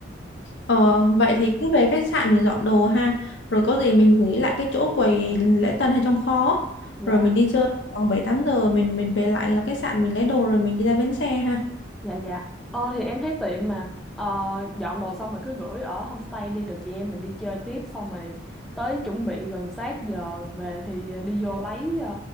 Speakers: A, on the left (about 65°); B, in the centre.
A: Ờ,
B: Ờ,
A: vậy thì cứ về khách sạn mình dọn đồ ha. Rồi có gì mình gửi lại cái chỗ quầy lễ tân hay trong kho á.
B: dạ
A: Rồi mình đi chơi khoảng 7 8 giờ mình mình về lại là khách sạn mình lấy đồ rồi mình đi ra bến xe ha.
B: dạ dạ ờ thì em thấy tiện mà ờ, dọn đồ xong rồi cứ gửi ở homestay đi rồi chị em mình đi chơi tiếp xong rồi tới chuẩn bị gần sát giờ về thì à, đi vô lấy à,